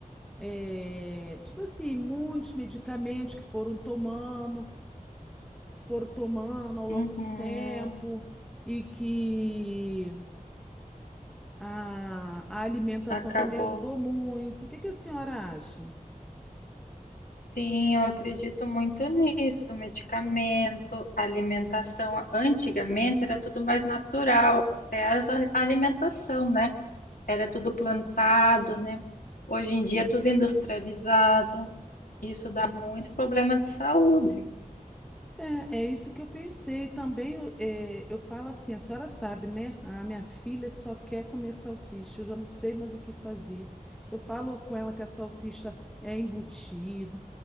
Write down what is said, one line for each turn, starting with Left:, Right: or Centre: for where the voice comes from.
Centre: É, tipo assim, muitos medicamentos que foram tomando, foram tomando ao longo
Left: Uhum.
Centre: do tempo, e que a, a alimentação
Left: Acabou.
Centre: também ajudou muito. O que que a senhora acha?
Left: Sim, eu acredito muito nisso. Medicamento, alimentação. Antigamente era tudo mais natural, até a a alimentação, né? Era tudo plantado, né? Hoje em dia é tudo industrializado. Isso dá muito problema de saúde.
Centre: É, é isso que eu pensei também. Eu, é, eu falo assim, a senhora sabe, né? A minha filha só quer comer salsicha, eu já não sei mais o que fazer. Eu falo com ela que a salsicha é embutida